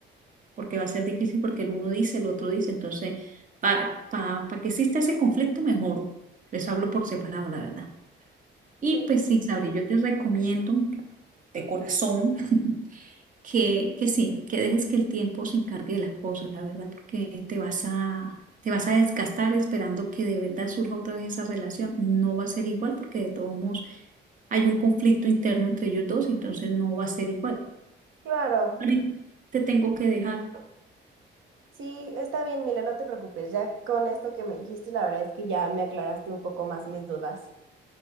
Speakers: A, on the right (about 40°); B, on the right (about 80°).
A: porque va a ser difícil porque el uno dice, el otro dice, entonces para pa, pa pa que exista ese conflicto mejor, les hablo por separado, la verdad. Y
B: Sí,
A: pues sí, Sabri, yo te recomiendo de corazón <laughs> que, que sí, que dejes que el tiempo se encargue de las cosas, la verdad, porque te vas a, te vas a desgastar esperando que de verdad surja otra vez esa relación. No va a ser igual porque de todos modos hay un conflicto interno entre ellos dos, entonces no va a ser igual.
B: Claro,
A: Ari, Te tengo que dejar.
B: sí, está bien, Mile, no te preocupes. Ya con esto que me dijiste, la verdad es que ya me aclaraste un poco más mis dudas.